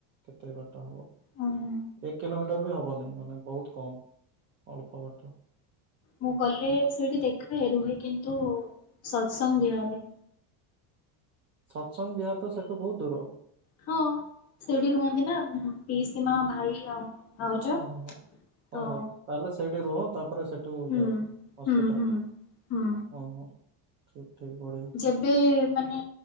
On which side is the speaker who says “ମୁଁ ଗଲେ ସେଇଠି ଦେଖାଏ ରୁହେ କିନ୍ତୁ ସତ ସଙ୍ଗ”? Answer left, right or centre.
Left